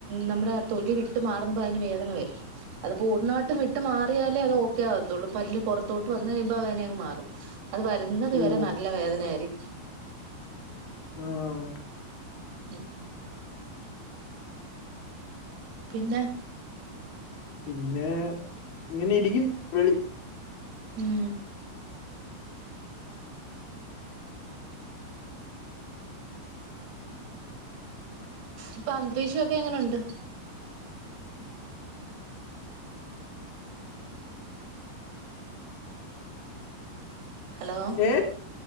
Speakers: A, on the right; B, on the left.
A: നമ്മടെആ തൊലി വിട്ട് മാറുമ്പോ അയ്ന് വേദന വരും അതിപ്പോ പൂർണ്ണാട്ടും വിട്ട് മാറിയാലേ അത് ഓക്കെ ആവ ത്തൊള്ളൂ പല്ല് പൊറത്തോട്ട് വന്ന് കഴിയുമ്പോ അതന്നെ അങ്ങ് മാറും അത് വരുന്നത്
B: ഓ
A: വരെ നല്ല വേദന ആയിരിക്കും
B: ആഹ്
A: ഉം പിന്നെ
B: പിന്നെ ഇങ്ങനെ ഇരിക്ക് വെളി
A: ഉം ഇപ്പൊ അന്തരീക്ഷക്കെങ്ങനെ ഉണ്ട് ഹലോ
B: ഏ